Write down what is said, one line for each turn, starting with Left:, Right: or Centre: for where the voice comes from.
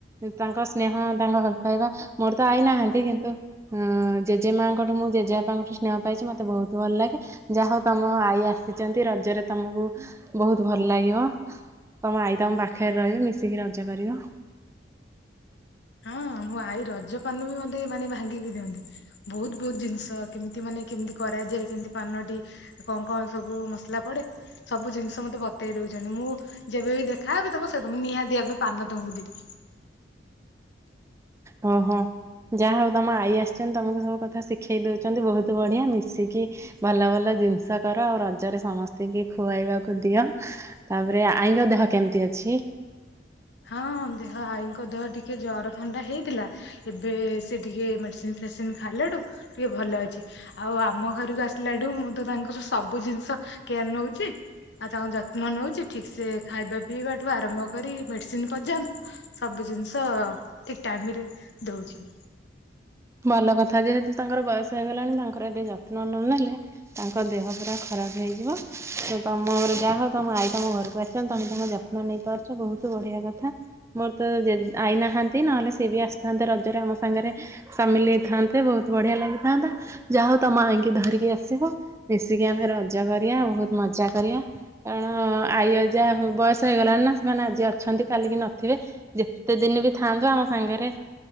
Right: ତାଙ୍କ ସ୍ନେହ ତାଙ୍କ ଭଲ ପାଇବା ମୋର ତ ଆଇ ନାହାନ୍ତି କିନ୍ତୁ ତ ଜେଜେ ମାଙ୍କଠୁ ମୁଁ ଜେଜେବାପାଙ୍କଠୁ ସ୍ନେହ ପାଇଛି ମୋତେ ବହୁତ ଭଲ ଲାଗେ ଯାହା ହଉ ତମ ଆଈ ଆସିଛନ୍ତି ରଜରେ ତମକୁ ବହୁତ ଭଲ ଲାଗିବ ତମ ଆାଇ ତମ ପାଖରେ ରହିବି ମିଶିକି ରଜା କରିବ
Left: ହଁ ମୋ ଆଈ ରଜପାନ ବି ମୋତେ ମାନେ ଭାଙ୍ଗିକି ଦିଅନ୍ତି ବହୁତ ବହୁତ ଜିନିଷ କେମିତି ମାନେ କେମିତି କରାଯାଏ କେମିତି ପାନଟି କଣ କଣ ସବୁ ମସଲା ପଡେ ସବୁ ଜିନିଷ ମତେ ବତେଇ ଦଉଛନ୍ତି ମୁଁ ଯେବେ ବିି ଦେଖାବି ତମ ସେ ତ ନିହାତି ପାନ ତମକୁ ଦିବି
Right: ହଁ ହଁ ଯାହା ହଉ ତମ ଆଈ ଆସିଛନ୍ତି ତମକୁ ସବୁ କଥା ଶିଖେଇ ଦଉଛନ୍ତି ବହୁତ ବଢିଆ ମିଶିକି ଭଲ ଭଲ ଜିନିଷ କର ଆଉ ରଜରେ ସମସ୍ତଙ୍କୁ ଖୁଆଇବାକୁ ଦିଅ ତାପରେ ଆଇଙ୍ଗ ଦେହ କେମିତି ଅଛି
Left: ହଁ ଦେହ ଆଈଙ୍କ ଦେହ ଟିକେ ଜର ଥଣ୍ଡା ହେଇଥିଲା ଏବେ ସେ ଟିକେ ମେଡିସିନ ଫେଡିସିନ ଖାଇଲାଡୁ ଟିକେ ଭଲ ଅଛି ଆଉ ଆମ ଘରକୁ ଆସିଲାଠୁ ମୁଁ ତ ତାଙ୍କର ସବୁ ଜିନିଷ କୋର ନଉଛି ଆଉ ତାଙ୍କ ଯତ୍ନ ନଉଛି ଠିକ ସେ ଖାଇବା ପିଇବାଠୁ ଆରମ୍ଭ କରି ମେଡିସିନ ପର୍ଯ୍ୟନ୍ତ ସବୁ ଜିନିଷ ଠିକ ଟାଇମ ରେ ଦଉଛି
Right: ଭଲ କଥା ଯେହେତୁ ତାଙ୍କର ବୟସ ହେଇଗଲାଣି ତାଙ୍କର ଏବେ ଯତ୍ନ ନ ନେଲେ ତାଙ୍କ ଦେହ ପୁରା ଖରାପ ହେଇଯିବ ତ ତମ ଘର ଯାହା ହଉ ତମ ଆଈ ତମ ଘରକୁ ଆସିଛ ତମେ ତାଙ୍କ ଯତ୍ନ ନେଇ ପାରୁଛ ବହୁତ ବଢିଆ କଥା ମୋର ତ ଆଇନାହାନ୍ତି ନହେଲେ ସିଏ ବି ଆସିଥାନ୍ତେ ରଜରେ ଆମ ସାଙ୍ଗରେ ସାମିଲ ହେଇଥାନ୍ତେ ବହୁତ ବଢ଼ିଆ ଲାଗିଥାନ୍ତା ଯା ହଉ ତମ ଆଇକି ଧରିକି ଆସିବ ମିଶିକି ଆମେ ରଜ କରିବା ବହୁତ ମଜା କରିବା କାରଣ ଆଈଅ ଯାହା ବୟସ ହେଇଗଲାଣି ନା ସେମାନେ ଆଜି ଅଛନ୍ତି କାଲିକି ନଥିବେ ଯେତେ ଦିନ ବି ଥାଆନ୍ତୁ ଆମ ସାଙ୍ଗରେ